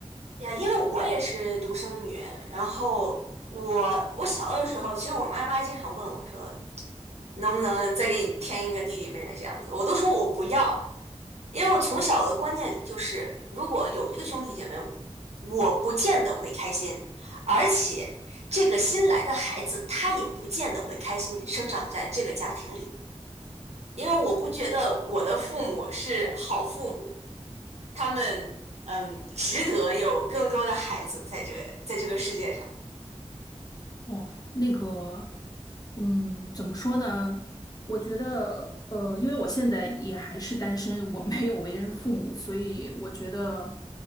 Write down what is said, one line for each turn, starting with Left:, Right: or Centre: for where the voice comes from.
Right: 呀，因为我也是独生女，然后我我小的时候，其实我妈妈经常问我说，能不能再给你添一个弟弟妹妹这样子，我都说我不要，因为我从小的观念里就是，如果有一个兄弟姐妹，我不见得会开心，而且这个新来的孩子他也不见得会开心生长在这个家庭里，因为我不觉得我的父母是好父母。他们嗯，值得有更多的孩子在这个在这个世界上。
Left: 哦，那个，嗯，怎么说呢？我觉得，呃，因为我现在也还是单身，我没有为人父母，所以我觉得。